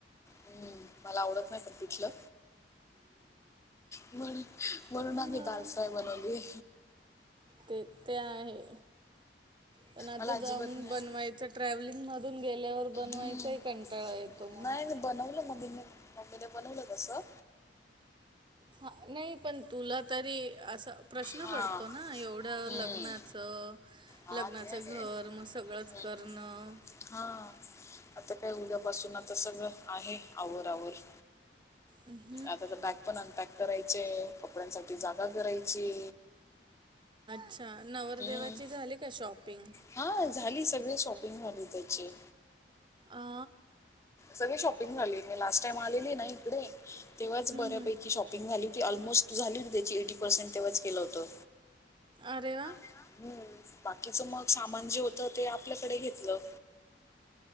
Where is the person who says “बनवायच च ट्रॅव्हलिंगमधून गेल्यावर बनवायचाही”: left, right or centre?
Right